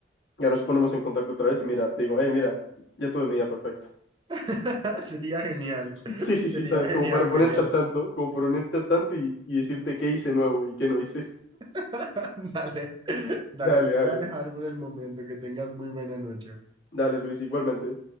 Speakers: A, on the left (about 80°); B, on the right (about 25°).
A: ya nos ponemos en contacto otra vez y mira, te digo, hey, mira, ya todo de medida perfecto. <laughs>
B: <laughs> Sería genial,
A: Sí, sí, sí,
B: sería
A: sabes,
B: genial,
A: como para ponerte
B: William.
A: al tanto, como para ponerte al tanto y, y decirte qué hice nuevo y qué no hice.
B: <laughs> Dale, dale,
A: <laughs> Dale,
B: te
A: dale,
B: voy a dejar por el momento. Que tengas muy buena noche.
A: dale, Luis, igualmente.